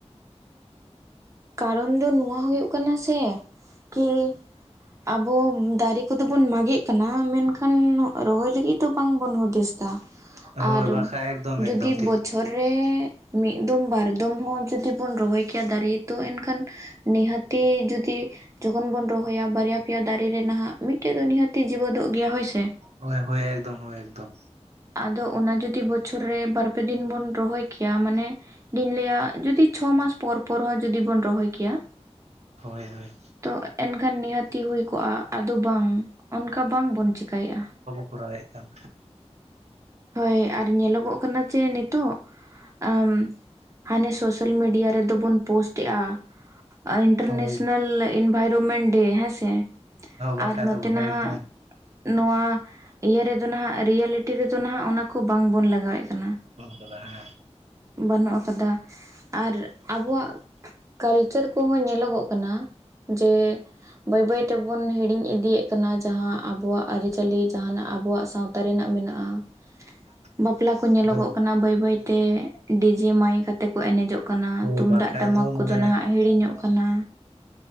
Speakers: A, on the right (about 25°); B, on the right (about 70°).
A: ᱠᱟᱨᱚᱱ ᱫᱚ ᱱᱚᱣᱟ ᱦᱩᱭᱩᱜ ᱠᱟᱱᱟ ᱥᱮᱼᱼ ᱠᱤ ᱟᱵᱚ ᱫᱟᱨᱮ ᱠᱚᱫᱚ ᱵᱚᱱ ᱢᱟᱜᱮᱜ ᱠᱟᱱᱟ ᱢᱮᱱᱠᱷᱟᱱᱼᱼ ᱨᱚᱦᱚᱭ ᱞᱟᱹᱜᱤᱫ ᱫᱚ ᱵᱟᱝᱵᱚᱱ ᱦᱩᱫᱤᱥ ᱫᱟ
B: ᱦᱳᱭ
A: ᱟᱨ
B: ᱵᱟᱠᱷᱟᱡ ᱮᱠᱫᱚᱢ ᱮᱠᱫᱚᱢ
A: ᱡᱩᱫᱤ
B: ᱴᱷᱤᱠ
A: ᱵᱚᱪᱷᱼᱼ ᱚᱨ ᱨᱮ ᱢᱤᱫ ᱫᱩᱢ ᱵᱟᱨ ᱫᱩᱢ ᱦᱚᱸ ᱡᱩᱫᱤ ᱵᱚᱱ ᱨᱚᱦᱚᱭ ᱠᱮᱭᱟ ᱫᱟᱨᱮ ᱛᱚ ᱮᱱᱠᱷᱟᱱᱼᱼ ᱱᱤᱦᱟᱹᱛᱤ ᱡᱩᱫᱤᱼᱼ ᱡᱚᱠᱷᱚᱱ ᱵᱚᱱ ᱨᱚᱦᱚᱭᱟ ᱵᱟᱨᱭᱟ ᱯᱮᱭᱟ ᱫᱟᱨᱮ ᱨᱮ ᱱᱟᱦᱟᱜ ᱢᱤᱫᱴᱮᱡ ᱫᱚ ᱱᱤᱦᱟᱹᱛᱤ ᱡᱤᱵᱟᱹᱫᱚᱜ ᱜᱮᱭᱟ ᱦᱳᱭ ᱥᱮᱼᱼ
B: ᱦᱳᱭ ᱦᱳᱭ ᱮᱠᱫᱚᱢ ᱦᱳᱭ ᱮᱠᱫᱚᱢ᱾
A: ᱟᱫᱚ ᱚᱱᱟ ᱡᱩᱫᱤ ᱵᱚᱪᱷᱚᱨ ᱨᱮ ᱵᱟᱨᱯᱮ ᱫᱤᱱ ᱵᱩᱱ ᱨᱚᱦᱚᱭ ᱠᱮᱭᱟ ᱢᱟᱱᱮ ᱞᱤᱧ ᱞᱟᱹᱭᱟᱼᱼ ᱡᱩᱫᱤ ᱪᱷᱚ ᱢᱟᱥ ᱯᱚᱨ ᱯᱚᱨ ᱦᱚᱸ ᱡᱩᱫᱤ ᱵᱚᱱ ᱨᱚᱦᱚᱭ ᱠᱮᱭᱟ᱾
B: ᱦᱳᱭ ᱦᱳᱭ᱾
A: ᱛᱚ ᱮᱱᱠᱷᱟᱱ ᱱᱤᱦᱟᱹᱛᱤ ᱦᱩᱭ ᱠᱚᱜᱼᱟ ᱟᱫᱚ ᱵᱟᱝ ᱚᱱᱠᱟ ᱵᱟᱝᱵᱚᱱ ᱪᱮᱠᱟᱭᱮᱜᱼᱟ᱾
B: ᱠᱚᱨᱟᱣᱮᱜ ᱠᱟᱱ᱾
A: ᱦᱳᱭ ᱟᱨ ᱧᱮᱞᱚᱜᱚᱜ ᱠᱟᱱᱟ ᱪᱮ ᱱᱤᱛᱚᱜᱼᱼ ᱟᱢ ᱦᱟᱱᱮ ᱥᱳᱥᱟᱞ ᱢᱤᱰᱤᱭᱟ ᱨᱮᱫᱚ ᱵᱚᱱ ᱯᱳᱥᱴ ᱮᱜᱼᱟ᱾ ᱤᱱᱴᱟᱨᱱᱮᱥᱱᱟᱞ
B: ᱦᱳᱭ
A: ᱤᱱᱵᱟᱭᱨᱚᱢᱮᱱᱴ ᱰᱮ ᱦᱮᱸ ᱥᱮ?
B: ᱵᱟᱠᱷᱟᱡ
A: ᱟᱨ ᱱᱚᱛᱮ
B: ᱫᱚ ᱵᱟᱠᱷᱟᱡ
A: ᱱᱟᱦᱟᱜᱼᱼ
B: ᱮᱠᱫᱚᱢ
A: ᱱᱚᱣᱟ ᱤᱭᱟᱹ ᱨᱮᱫᱚ ᱱᱟᱦᱟᱜ ᱨᱤᱭᱮᱞᱤᱴᱤ ᱨᱮᱫᱚ ᱱᱟᱦᱟᱜ ᱚᱱᱟᱠᱚ ᱵᱟᱝᱵᱚᱱ ᱞᱟᱜᱟᱣᱮᱜ ᱠᱟᱱᱟ᱾
B: ᱠᱟᱫᱟ ᱦᱮᱸ᱾
A: ᱵᱟᱹᱱᱩᱜ ᱟᱠᱟᱫᱟ ᱟᱨ ᱟᱵᱚᱣᱟᱜᱼᱼ ᱠᱟᱞᱪᱟᱨ ᱠᱚᱦᱚᱸ ᱧᱮᱞᱚᱜᱚᱜ ᱠᱟᱱᱟ ᱡᱮᱼᱼ ᱵᱟᱹᱭ ᱵᱟᱹᱭ ᱛᱮᱵᱚᱱ ᱦᱤᱲᱤᱧ ᱤᱫᱤᱭᱮᱜ ᱠᱟᱱᱟ ᱡᱟᱦᱟᱸ ᱟᱵᱩᱣᱟᱜ ᱟᱹᱨᱤᱪᱟᱹᱞᱤ ᱡᱟᱦᱟᱸᱱᱟᱜ ᱟᱵᱚᱣᱟᱜ ᱥᱟᱶᱼᱼ ᱛᱟ ᱨᱮᱱᱟᱜ ᱢᱮᱱᱟᱜᱼᱟ᱾
B: <inaudible>
A: ᱵᱟᱯᱞᱟ ᱠᱚ ᱧᱮᱞᱚᱜᱚᱜ
B: ᱦᱳᱭ
A: ᱠᱟᱱᱟ ᱵᱟᱹᱭ ᱵᱟᱹᱭᱛᱮ ᱰᱤᱡᱮ ᱢᱟᱭᱤᱠ ᱟᱛᱮ ᱠᱚ ᱮᱱᱮᱡᱚᱜᱼᱼ ᱠᱟᱱᱟ
B: ᱦᱳᱭ
A: ᱛᱩᱢᱫᱟᱜ
B: ᱵᱟᱠᱷᱟᱡ
A: ᱴᱟᱢᱟᱠ
B: ᱫᱚ
A: ᱠᱚᱫᱚ
B: ᱢᱟᱱᱮ
A: ᱱᱟᱦᱟᱜ ᱦᱤᱲᱤᱧᱚᱜ ᱠᱟᱱᱟ᱾